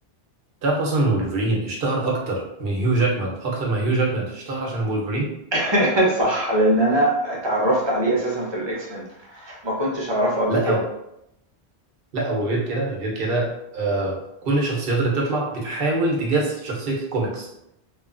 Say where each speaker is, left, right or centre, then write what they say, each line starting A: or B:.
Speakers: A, on the right (about 60°); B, on the right (about 35°).
A: تعرف اصلا ان ولفرين اشتهر اكتر من هيو جاكمان اكتر ما هيو جاكمان اشتهر عشان ولفرين
B: <laughs> صح لان انا اتعرفت عليه اساسا في الاكس مان ما كنتش اعرفه قبل
A: لا
B: كده
A: أو لا وغير كده غير كده آه كل الشخصيات اللي بتطلع بتحاول تجسد شخصيه الكوميكس